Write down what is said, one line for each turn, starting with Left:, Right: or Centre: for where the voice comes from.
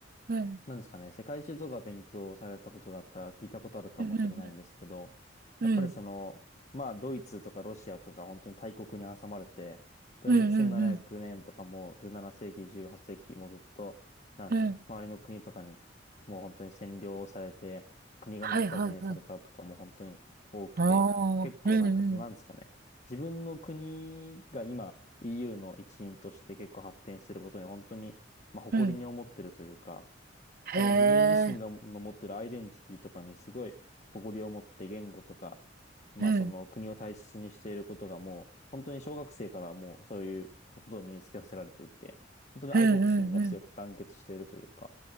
Right: うん
Left: なんですかね、世界史とか勉強されたことがあったら聞いたことあるかもしれないんですけど、
Right: うんうん
Left: やっぱりその、
Right: うん。
Left: まあドイツとかロシアとか本当に大国に挟まれて、本当に1700年とかもう17世紀、
Right: うんうんうんうん。
Left: 18世紀もうずっと、なんですか、
Right: うん
Left: 隣の国とかにもう本当に占領されて、国が真っ二つにされたとかも本当に多くて、
Right: はいはいはい。ああ、
Left: 結構なんか、
Right: うんうん
Left: なんですかね、自分の国が今 EU の一員として結構発展してることに本当に、まあ、誇りに思ってるというか、
Right: うん。
Left: その自分自身がの持ってるアイデンティティとかにすごい誇りを持って言語とか、
Right: へえ、
Left: まあその国を大切にしていることがもう本当に小学生からもうそういうことを身につけさせられていて、
Right: うん。
Left: 本当に愛国心が強くて団結しているというか、
Right: うんうんうん。